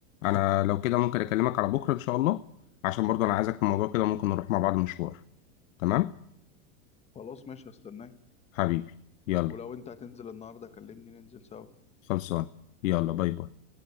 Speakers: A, on the left; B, on the left.
A: انا لو كده ممكن اكلمك على بكرة ان شاء الله عشان برضه انا عايزك في الموضوع كده ممكن نروح مع بعض مشوار تمام
B: خلاص ماشي هستناك
A: حبيبي يلا
B: ولو انت هتنزل النهارده كلمني ننزل سوا
A: خلصان يلا باي باي